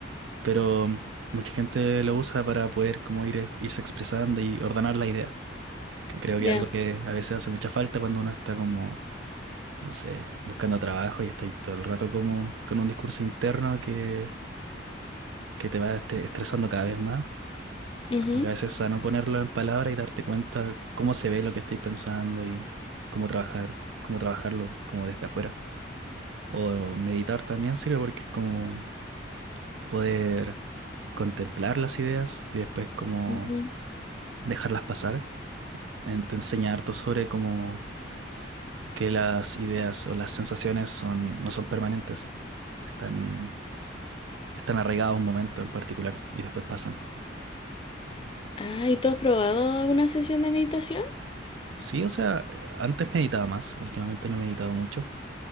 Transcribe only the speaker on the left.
Ya.
Ujú,
ujú.
Ah, ¿y tú has probado una sesión de meditación?